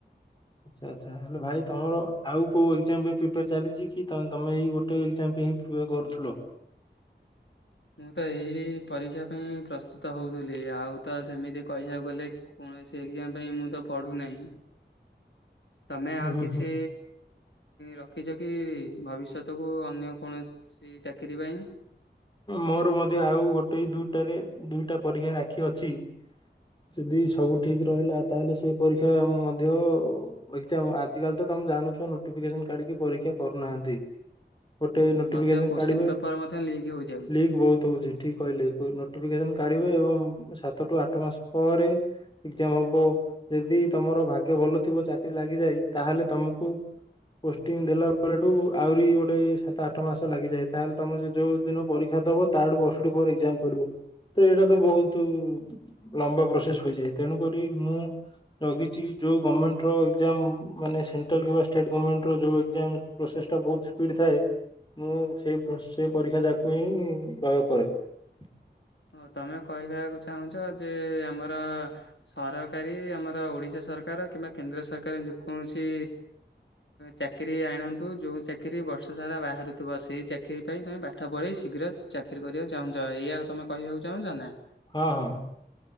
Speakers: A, on the left; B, on the left.
A: ଆଚ୍ଛା ଆଚ୍ଛା ହେଲେ ଭାଇ ତମର ଆଉ କୋଉ ଏଜ୍ଜାମ୍ ପାଇଁ ପ୍ରିପାର ଚାଲିଚି କି ତମେ ଏଇ ଗୋଟେ ଏଜ୍ଜାମ୍ <unintelligible> କରୁଥିଲ।
B: <inaudible> ମୁଁ ତ ଏହି ପରୀକ୍ଷା ପାଇଁ ପ୍ରସ୍ତୁତ ହଉଥିଲି। ଆଉ ତ ସେମିତି କହିବାକୁ ଗଲେ କୌଣସି ସେ ଏକ୍ଜାମ ପାଇଁ ମୁଁ ତ ପଢୁନାହିଁ। ତମେ ଆଉ
A: ହୁଁ ହୁଁ
B: କିଛି
A: ହୁଁ
B: ରଖିଚ କି ଭବିଷ୍ୟତକୁ ଅନ୍ୟ କୌଣସି ଚାକିରୀ ପାଇଁ?
A: ମୋର ମଧ୍ୟ ଆଉ ଗୋଟେ ଦୁଇଟାରେ ଦୁଇଟା ପରୀକ୍ଷାରେ ଆଖି ଅଛି। ଯଦି ସବୁ ଠିକ୍ ରହିଲା ତାହେଲେ ସେ ପରୀକ୍ଷା ମଧ୍ୟ ଏକ୍ଜାମ ଆଜିକାଲି ତ ତମେ ଜାଣୁଛ ନୋଟିଫିକେସନ୍ କାଢିକି ପରୀକ୍ଷା କରୁନାହାନ୍ତି। ଗୋଟେ ନୋଟିଫିକେସନ
B: ମଧ୍ୟ କୋଶ୍ଚିନ୍
A: କାଢିବେ
B: ପେପର ମଧ୍ୟ ଲିକ୍ ହଉଚି।
A: ଲିକ୍ ବହୁତ ହଉଚି ଠିକ୍। କହିଲେ ନୋଟିଫିକେସନ୍ କାଢିବେ ଏବଂ ସାତଠୁ ଆଠ ମାସ ପରେ ଏକ୍ଜାମ ହବ। ଯଦି ତମର ଭାଗ୍ୟ ଭଲ ଥିବ ଚାକିରୀ ଲାଗିଯାଏ। ତାହେଲେ ତମକୁ ପୋଷ୍ଟିଂ ଦେଲା ବେଳଠୁ ଆହୁରି ଗୋଟେ ସାତ ଆଠ ମାସ ଲାଗିଯାଏ। ତାହେଲେ ତମେ ଯୋ ଯୋଉ ଦିନ ପରୀକ୍ଷା ଦବ ତାଠୁ ବର୍ଷଟି ପରେ ଏକ୍ଜାମ ପଡିବ। ତ ଏଇଟା ତ ବହୁତ ଲମ୍ବା ପ୍ରୋସେସ ହୋଇଯାଏ। ତେଣୁକରି ମୁଁ ଲଗିଛି ଯୋଉ ଗମେଣ୍ଟ ର ଏକ୍ଜାମ ମାନେ ସେଣ୍ଟ୍ରାଲ୍ କିମ୍ବା ଷ୍ଟେଟ ଗମେଣ୍ଟ ର ଯୋଉ ଏକ୍ଜାମ ପ୍ରୋସେ ସ୍ ଟା ବହୁତ ସ୍ପିଡ୍ ଥାଏ ମୁଁ ସେ ସେ ପରୀକ୍ଷା ଯା <unintelligible>
B: ହଁ ତମେ କହିବାକୁ ଚାହୁଁଚ ଯେ ଆମର ସରକାରୀ ଆମ ଓଡିଶା ସରକାର କିମ୍ବା କେନ୍ଦ୍ର ସରକାର ଯେକୌଣସି ଚାକିରୀ ଆଣନ୍ତୁ ଯୋଉ ଚାକିରୀ ବର୍ଷ ସାରା ବାହାରୁଥିବ। ସେଇ ଚାକିରୀ ପାଇଁ ତମେ ପାଠ ପଢ଼ି ଶୀ ଶୀଘ୍ର ଚାକିରୀ କରିବାକୁ ଚାହୁଁଚ। ଏଇଆ ତମେ କହିବାକୁ ଚାହୁଁଛ ନା।
A: ହଁ ହଁ।